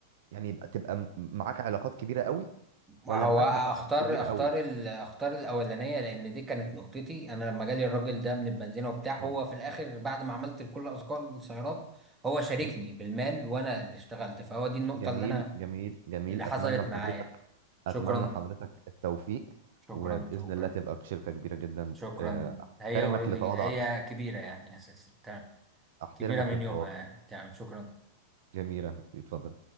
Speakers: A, on the right; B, on the right.
A: يعني يبقى تبقى م- معاك علاقات كبيرة قوي ولا
B: هو
A: معاك
B: أختار
A: مهارات كبيرة
B: أختار
A: قوي
B: ال... أختار الأولانية لأن دي كانت نقطتي أنا لما جالي الراجل ده من البنزينة وبتاع
A: مم.
B: هو في الآخر بعد ما عملت كل أذكار السيارات هو شاركني
A: مم.
B: بالمال وأنا اللي اشتغلت فهو دي النقطة
A: جميل
B: اللي أنا
A: جميل جميل
B: اللي حصلت
A: أتمنى لحضرتك
B: معايا شكرا
A: أتمنى لحضرتك التوفيق
B: شكرا
A: وبإذن
B: شكرا
A: الله تبقى شركة كبيرة جدا
B: شكرا
A: آه،
B: هي
A: أحترمك
B: اوريدي
A: لتواضعك
B: هي كبيرة يعني أساسا تمام
A: أحترمك
B: كبيرة من
A: للتواضع
B: يومها يعني تمام شكرا
A: جميلة اتفضل